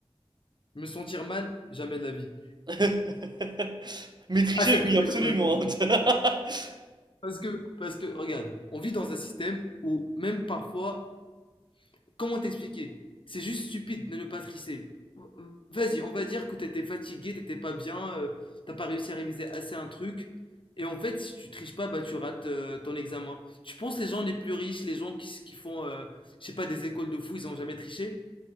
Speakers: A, on the left; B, on the right.
A: Me sentir mal, jamais de la vie.
B: <laughs> Mais tricher,
A: Ah, c'est vrai
B: oui,
A: que
B: absolument.
A: c'est dans
B: <laughs>
A: Parce que, parce que, regarde, on vit dans un système où même parfois, comment t'expliquer? C'est juste stupide de ne pas tricher. Vas-y, on va dire que t'étais fatigué, t'étais pas bien, euh, t'as pas réussi à réviser assez un truc. Et en fait, si tu triches pas, bah tu rates euh, ton examen. Tu penses les gens les plus riches, les gens qui, s- qui font, euh, je sais pas, des écoles de fous, ils ont jamais triché?